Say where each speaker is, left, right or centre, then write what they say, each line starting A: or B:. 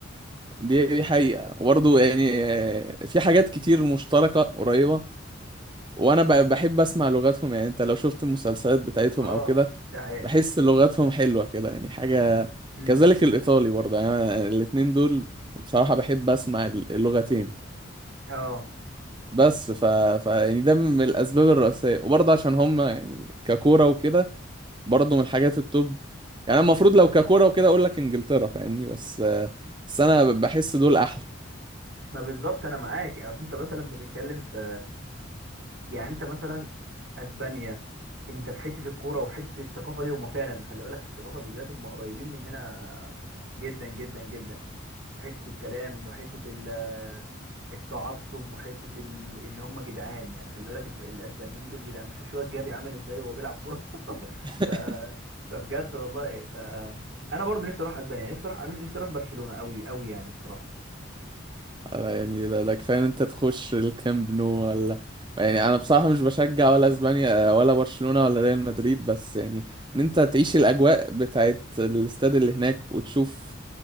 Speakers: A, on the right; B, on the right.
A: دي دي حقيقة وبرضه
B: امم
A: يعني آه في حاجات كتير مشتركة قريبة وانا ب- بحب اسمع لغاتهم يعني انت لو شفت المسلسلات بتاعتهم
B: اه
A: او كده
B: ده حقيقه
A: بحس لغاتهم حلوة كده يعني حاجة
B: امم
A: كذلك الايطالي برضه يعني أنا الاتنين دول بصراحة بحب اسمع اللغتين
B: اه
A: بس ف... ف يعني ده من الاسباب الرئيسية وبرضه عشان هم يعني ككورة وكده برضه من الحاجات التوب يعني أنا المفروض لو ككوره وكده اقول لك انجلترا فاهمني بس بس انا بحس دول احلى
B: ما بالظبط انا معاك اصل انت مثلا بتتكلم في يعني انت مثلا اسبانيا انت في حته الكوره وفي حته الثقافه دي هما فعلا خلي بالك في الثقافه بالذات هما قريبين مننا جدا جدا جدا في حته الكلام وحته ال- التعصب وحته ال... ان هما جدعان يعني خلي بالك ال- الاسبانيين دول جدعان شوف شو جافي عامل ازاي وهو بيلعب كوره <laughs>
A: <laughs>
B: ف... فبجد والله ف انا برضه نفسي اروح اسبانيا نفسي اروح انا نفسي اروح برشلونه قوي قوي يعني بصراحه
A: آه، يعني ده, ده كفايه ان انت تخش الكامب نو ولا يعني انا بصراحه مش بشجع ولا اسبانيا آه، ولا برشلونه ولا ريال مدريد بس يعني ان انت تعيش الاجواء بتاعت الاستاد اللي هناك وتشوف